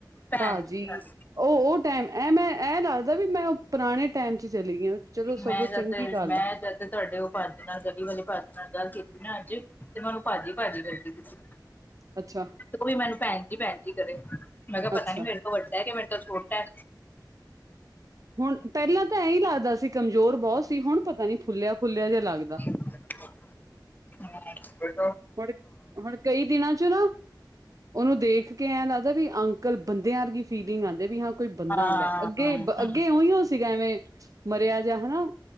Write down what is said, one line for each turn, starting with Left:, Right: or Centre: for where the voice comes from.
Left: ਭੈਣ
Right: ਭਾਜੀ
Left: ਜ, ਹਾਂ <unintelligible>
Right: ਉਹ, ਉਹ ਟਾਈਮ ਐ ਮੈਂ ਐ ਲੱਗਦਾ ਵੀ ਮੈਂ, ਉਹ ਪੁਰਾਣੇ ਟਾਈਮ 'ਚ ਚਲੀ ਗਈ ਆ। ਚਲੋ ਸਗੋਂ
Left: ਮੈਂ ਜਦ,
Right: ਚੰਗੀ ਗੱਲ
Left: ਮੈਂ ਜਦ ਤੁਹਾਡੇ ਪਾਜ ਨਾਲ, ਗਲੀ ਵਾਲੇ ਪਾਜ ਨਾਲ ਗੱਲ ਕੀਤੀ ਨਾ ਅੱਜ, ਤੇ ਮੈਂਨੂੰ ਭਜੀ-ਭਾਜੀ ਕਰਦੀ ਪਈ ਸੀ।
Right: ਅੱਛਾ।
Left: ਉਹ ਵੀ ਮੈਨੂੰ ਭੈਣ ਜੀ-ਪੈਣ ਜੀ ਕਰੇ, ਮੈਂ ਕਿਹਾ
Right: ਅੱਛਾ
Left: ਪਤਾ ਨੀ ਮੇਰੇ ਉਹ ਵੱਡਾ, ਕਿ ਮੇਰੇ ਤੋਂ ਛੋਟਾ
Right: ਹੁਣ, ਪਹਿਲਾਂ ਤਾਂ ਐਂ ਲੱਗਦਾ ਸੀ ਕਮਜ਼ੋਰ ਬਹੁਤ ਸੀ, ਹੁਣ ਪਤਾ ਨੀ ਫੁੱਲਿਆ- ਫੁੱਲਿਆ ਜਿਹਾ ਲੱਗਦਾ।
Left: ਹ <unintelligible>
Right: ਹੁਣ, ਹੁਣ ਕਈ ਦਿਨਾਂ 'ਚ ਨਾ ਉਹਨੂੰ ਦੇਖ ਕੇ ਐਂ ਲੱਗਦਾ ਵੀ, ਅੰਕਲ ਬੰਦਿਆਂ ਵਰਗੀ ਫੀਲਿੰਗ ਆਉਂਦੇ ਵੀ, ਹਾਂ ਕੋਈ ਬੰਦਾ
Left: ਹਾਂ
Right: ਆਉਂਦਾ, ਅੱਗੇ-ਅੱਗੇ
Left: ਹਾਂ
Right: ਉਹੀ ਉਹ ਸੀਗਾ ਐਵੇਂ, ਮਰਿਆ ਜਾ, ਹਨਾ